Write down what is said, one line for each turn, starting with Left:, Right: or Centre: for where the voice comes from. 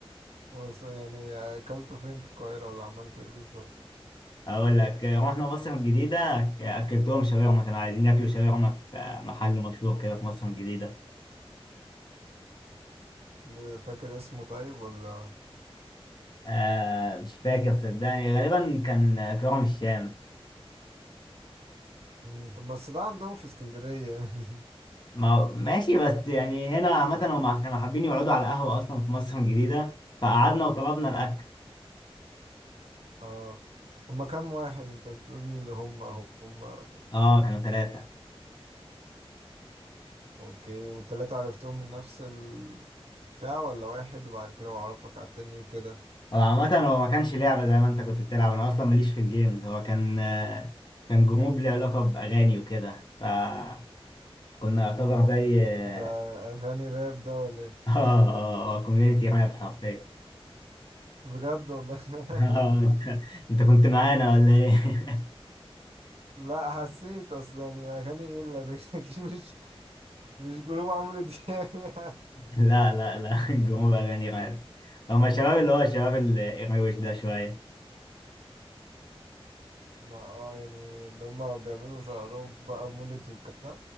Right: بس يعني اكلته فين في القاهرة ولا عملت ايه بالظبط
Left: اقول لك آه، رحنا مصر الجديده ك- اكلتهم شاورما كانوا عايزين ياكلوا شاورما في آه، محل مشهور كده في مصر الجديده
Right: ل- فاكر اسمه طيب ولا
Left: آه مش فاكر صدقني غالبا كان آه، كرم الشام
Right: مم، طب بس ده عندهم في اسكندرية يعني
Left: ما هو- ماشي بس يعني هنا عامة هم كانوا حابين يقعدوا على قهوة أصلا في مصر الجديدة فقعدنا وطلبنا الأكل
Right: <laughs> اه هما كام واحد انت بتقول اللي هما هما ف...
Left: اه كانوا ثلاثة
Right: اوكي والتلاتة عرفتهم من نفس البتاع ولا واحد وبعد كده وعرفك على التاني وكده
Left: هو عامة هو ما كانش لعبة زي ما أنت كنت بتلعب أنا أصلا ماليش في الجيمز هو كان آه، كان جروب ليه علاقة بأغاني وكده فكنا يعتبر زي
Right: ده
Left: <laughs>
Right: اغاني راب ده ولا ايه
Left: اه اه اه كوميونيتي راب حرفيا
Right: بجد والله <laughs>
Left: <laughs> آه، أنت أنت كنت معانا ولا إيه؟ <laughs>
Right: لا حسيت اصل يعني اغاني ايه اللي ده <laughs> أكيد مش مش جروب عمرو دياب يعني
Left: لا لا لا جروب
Right: <laughs>
Left: أغاني راب هما الشباب اللي هو الشباب الروش ده شوية
Right: ما اه يعني اللي هما بيعملوا شعرهم بقى مولد وكده